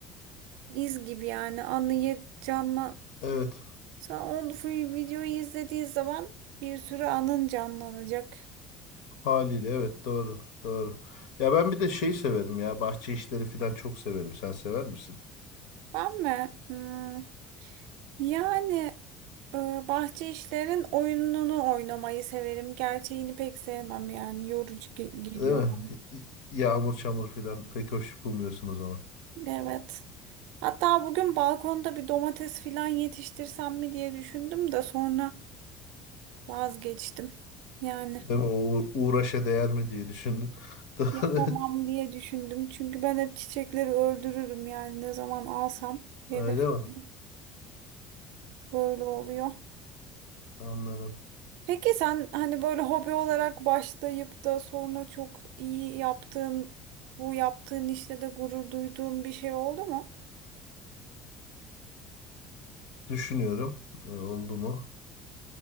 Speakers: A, on the right (about 80°); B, on the left (about 85°).
A: iz gibi yani anıyı canlan.
B: Evet,
A: Sen onu videoyu izlediği zaman bir sürü anın canlanacak.
B: haliyle evet doğru, doğru. Ya ben bir de şey severim ya bahçe işleri falan çok severim. Sen sever misin?
A: Ben mi? Hmm, yani e, bahçe işlerinin oyununu oynamayı severim. Gerçeğini pek sevmem yani yorucu ge- geliyor.
B: Değil mi?
A: bana.
B: Yağmur çamur filan pek hoş bulmuyorsunuz zaman.
A: Evet. Hatta bugün balkonda bir domates filan yetiştirsem mi diye düşündüm de sonra vazgeçtim. Yani
B: Değil mi? O uğ- uğraşa değer mi diye düşündün. <laughs> Doğru.
A: yapamam diye düşündüm. Çünkü ben hep çiçekleri öldürürüm yani ne zaman alsam heveslenip
B: Öyle mi?
A: böyle oluyor.
B: Anladım.
A: Peki sen hani böyle hobi olarak başlayıp da sonra çok iyi yaptığın, bu yaptığın işte de gurur duyduğun bir şey oldu mu?
B: Düşünüyorum. Ee, oldu mu?